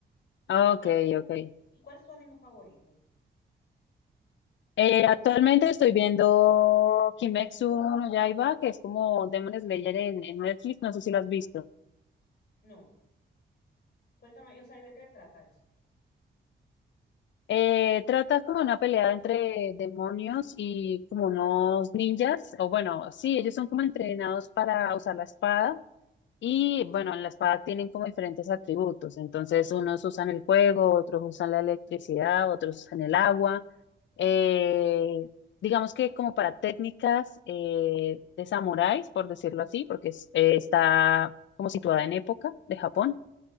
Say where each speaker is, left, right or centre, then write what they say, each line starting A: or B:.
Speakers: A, on the left; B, on the left.
A: ¿Y
B: Ah, Ok,
A: cuál es tu,
B: ok.
A: y cuál es tu anime favorito?
B: Eh, actualmente estoy viendo Kimetsu no Yaiba, que es como Demon Slayer en, en Netflix, no sé si lo has visto.
A: No, cuéntame, o sea, ¿de qué trata eso?
B: Eh, trata como una pelea entre demonios y como unos ninjas, o bueno, sí, ellos son como entrenados para usar la espada y bueno, en la espada tienen como diferentes atributos, entonces unos usan el fuego, otros usan la electricidad, otros usan el agua, eh, digamos que como para técnicas eh, de samuráis, por decirlo así, porque es- eh, está como situada en época de Japón.